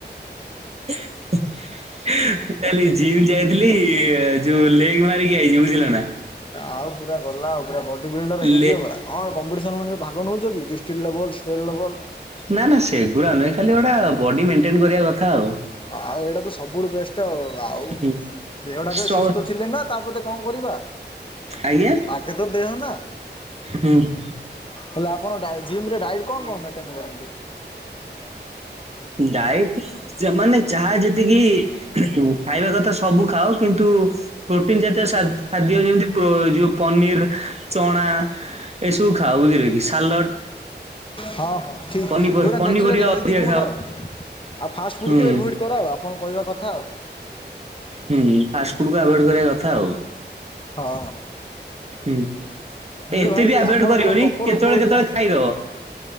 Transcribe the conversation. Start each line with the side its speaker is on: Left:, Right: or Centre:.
Right: <unintelligible> ଜିମ୍ ଯାଇଥିଲି ଯୋଉ ଲେଗ ମାରିକି ଆଇଚି ବୁଝିଲ ନା।
Left: ଆଉ ପୁରା ଗଲା ଆଉ ପୁରା ବଡି ବିଲ୍ଡର ହେଇଯିବ
Right: ଲେ
Left: ପୁରା କଣ କମ୍ପିଟିସନ ଭାଗ ନଉଛି କି ଡିଷ୍ଟ୍ର ଲେବଲ, ଷ୍ଟେ୍ଟ୍ ଲେବଲ।
Right: ନା ନା ସେଗୁଡା ନୁହେଁ, ଖାଲି ଗୋଟା ବଡି ମେଣ୍ଟେନ କରିବା କଥା ଆଉ।
Left: ଆଉ ଏଇଟା ତ ସବୁଠୁ ବେଷ୍ଟ ଆଉ, ଆଉ
Right: ହୁଁ
Left: ଦେହଟା
Right: ସ
Left: ସୁସ୍ଥ ଥିଲେ ନା ତାପ କଣ କରିବା?
Right: ଆଜ୍ଞା
Left: ଆଗେ ତ ଦେହ ନା।
Right: ହୁଁ ଉଁ
Left: ହେଲେ ଆପଣ ଜିମ ରେ ଡାଇଟ୍ କଣ କଣ ମେଣ୍ଟେନ କରନ୍ତି?
Right: ଡାଏଟମାନେ ମୁଁ ଯାହା ଯେତିକି ଖାଇବା କଥା ସବୁ ଖାଅ, କିନ୍ତୁ ପ୍ରୋଟିନ ଜାତୀୟ ଖାଦ୍ୟ ଯେମିତି ଯୋଉ ପନିର ଚଣା ଏସବୁ ଖା ବୁଝିଲ କି ସାଲଡ଼।
Left: ହଁ ହଁ ଠିକ୍
Right: ପନି
Left: ପୁରା
Right: ପନିପରିବା
Left: ନ୍ୟାଚୁରାଲି
Right: ଅଧିକା
Left: ହେଲ୍ଦି ଫୁଡ଼୍
Right: ଖାଅ।
Left: ଆଉ ଆଉ ଫାଷ୍ଟ ଫୁଡ଼୍କୁ
Right: ହୁଁ
Left: ଏଭଏଡ଼୍ କରା ଆପଣ କହିବା କଥା ଆଉ
Right: ହୁଁ ଫାଷ୍ଟ ଫୁଡ କୁ ଆଭଏଡ କରିବା କଥା ଆଉ
Left: ହଁ
Right: ହଁ
Left: ହେଲେ
Right: ଏତେ
Left: ଭାଇ
Right: ବି ଆଭଏଡ଼
Left: ଆପଣଙ୍କର
Right: କରିବନି,
Left: ପ୍ରପର୍
Right: କେତେବେଳେ
Left: କୋଉ ଏରିଆ
Right: କେତେବେଳେ ଖାଇଦବ।